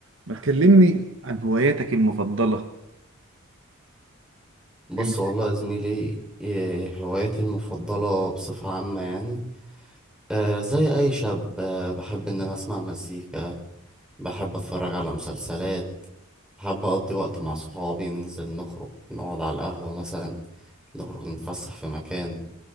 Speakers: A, on the right; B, in the centre.
A: ما تكلمني عن هواياتك المفضلة
B: بص
A: ال-
B: والله يا زميلي إيه هوايتي المفضلة بصفة عامة يعني آه زي أي شاب آه بحب إن أنا أسمع مزيكا بحب أتفرج على مسلسلات بحب أقضي وقت مع صحابي ننزل نخرج نقعد على القهوة مثلا نخرج نتفسح في مكان